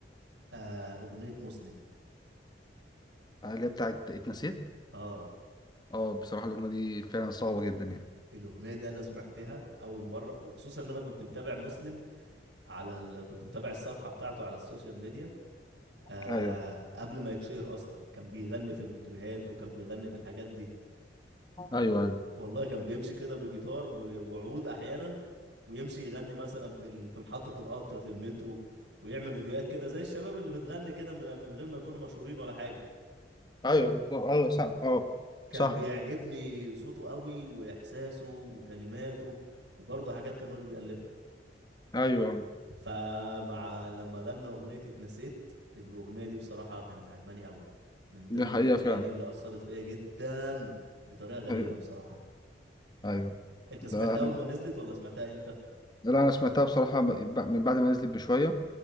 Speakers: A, on the right; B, on the left.
A: آه اغنيه مسلم
B: آه، اللي هي بتاعت اتنسيت
A: اه
B: اه بصراحه الاغنيه دي فعلا صعبه جدا يعني
A: الأغنية دي أنا سمعتها أول مرة وخصوصا إن أنا كنت متابع مسلم على ال... كنت متابع الصفحة بتاعته على السوشيال ميديا آه...
B: ايوه
A: قبل ما يتشهر أصلا كان بيغني في المترهات وكان بيغني في الحاجات دي
B: ايوه ايوه
A: والله كان بيمشي كده بجيتار و... وعود أحيانا ويمشي يغني مثلا في ال... في محطة القطر في المترو ويعمل فيديوهات كده زي الشباب اللي بتغني كده من... من غير ما يكونوا مشهورين ولا حاجة
B: ايوه بالظبط. ايوه صح اه
A: كان
B: صح
A: بيعجبني صوته قوي وإحساسه وكلماته وبرضه حاجات كان هو اللي بيألفها
B: ايوه
A: فمع لما غنى أغنية اتنسيت الأغنية دي بصراحة كانت عجباني قوي من ضمن
B: دي حقيقه
A: الأغاني
B: فعلا
A: اللي أثرت فيا جدا بطريقة غريبة
B: ايوه
A: بصراحة
B: ايوه
A: أنت سمعتها
B: ده
A: أول ما نزلت ولا سمعتها إمتى؟
B: لا انا سمعتها بصراحه ب- من بعد ما نزلت بشويه